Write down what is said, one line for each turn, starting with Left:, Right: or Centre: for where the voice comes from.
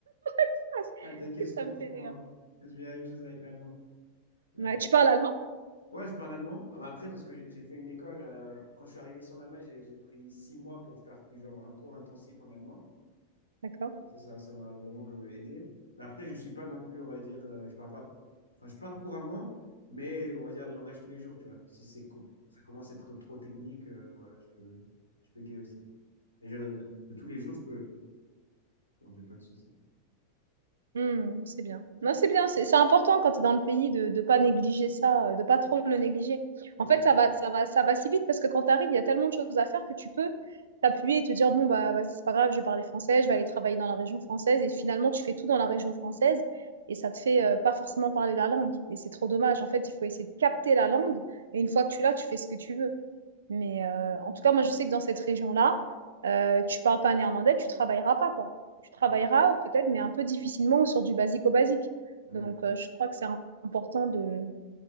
Right: <laughs> ça.
Left: Ah, t'inquiète, je te
Right: Ça
Left: comprends.
Right: me fait rire.
Left: Je vis la même chose avec l'allemand. Euh,
Right: Ouais, tu parles allemand?
Left: ouais, je parle allemand. Ah bah après, parce que j'ai fait une école, euh, quand je suis arrivé ici en Allemagne, j'ai j'ai pris six mois pour faire genre, un cours intensif en allemand.
Right: D'accord.
Left: Ça, ça, ça m'a vraiment euh, aidé. Mais après, je suis pas non plus, on va dire, euh, je parle pas, enfin, je parle couramment, mais on va dire le langage tous les jours, tu vois. Si c'est, co- ça commence à être trop technique, euh, voilà, je peux, je peux gay aussi. Mais je- de tous les jours, je peux. Non, j'ai pas de souci.
Right: Hmm, c'est bien. Non, c'est bien. C'est c'est important quand tu es dans le pays de ne pas négliger ça, euh, de pas trop le négliger.
Left: Ouais,
Right: En fait, ça va, ça va, ça va si vite parce que quand tu arrives, il y a tellement de choses à faire que tu peux t'appuyer et te dire, bon, bah, vas-y, c'est pas grave, je vais parler français, je vais aller travailler dans la région française. Et finalement, tu fais tout dans la région française et ça te fait euh, pas forcément parler la langue. Et c'est trop dommage. En fait, il faut essayer de capter la langue et une fois que tu l'as, tu fais ce que tu veux. Mais euh, en tout cas, moi, je sais que dans cette région-là, euh, tu parles pas néerlandais, tu travailleras pas, quoi. Tu travailleras
Left: ouais,
Right: peut-être, mais un peu difficilement ou sur du basique au basique.
Left: ouais.
Right: Donc, euh, je crois que c'est important de,